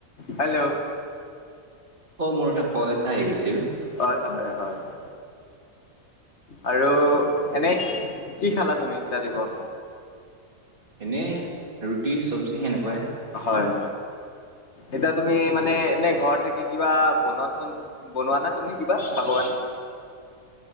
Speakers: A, on the left (about 55°); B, on the right (about 40°).
A: হেল্ল'
B: অ মোৰ এটা কল এটা আহি গৈছিল।
A: হয় হয় হয় হয় আৰু এনে কি খালা তুমি ৰাতিপুৱা
B: এনেই ৰুটি চবজি সেনেকোৱাই-
A: হয় এতিয়া তুমি মানে এনে ঘৰত থাকি কিবা বনোৱাচোন বনোৱানে নাই তুমি কিবা খাব কাৰণে